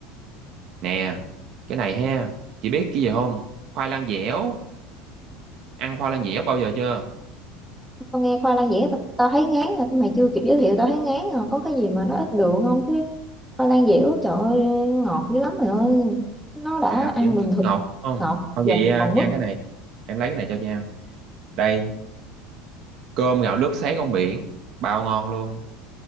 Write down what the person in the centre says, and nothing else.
tao nghe khoai lang dẻo tao, tao thấy ngán rồi mày chưa kịp giới thiệu tao thấy ngán rồi có cái gì mà nó ít đường không chứ khoai lang dẻo trời ơi ngọt dữ lắm mày ơi nó đã
ăn
bình
thường
ngọt
giờ
còn
mứt